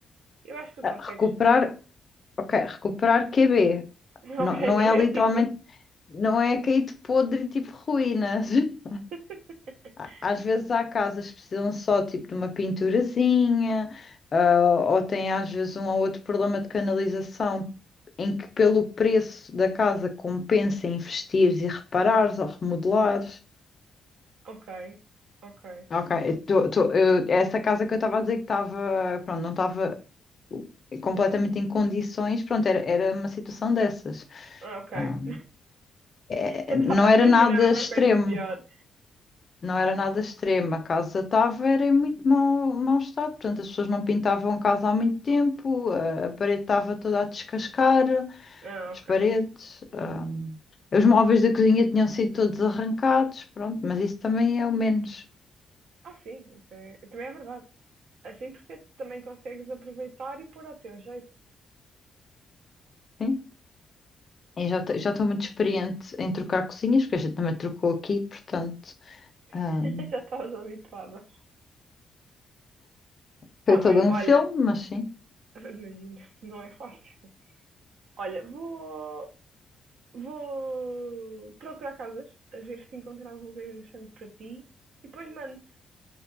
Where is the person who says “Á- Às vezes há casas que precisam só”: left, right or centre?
Left